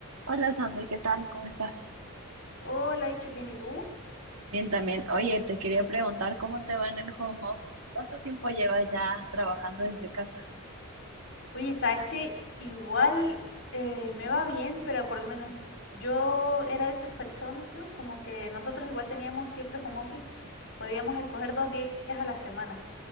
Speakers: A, on the right; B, on the left.
A: Hola Sandy, ¿qué tal? ¿Cómo estás?
B: Hola, Itche, bien, ¿y tú?
A: Bien, también. Oye, te quería preguntar cómo te va en el home office. ¿Cuánto tiempo llevas ya trabajando desde casa?
B: Oye, ¿sabes qué? Igual eh, me va bien, pero por lo menos yo era de esas personas, como que nosotros igual teníamos siempre home office, podíamos escoger dos días a la semana,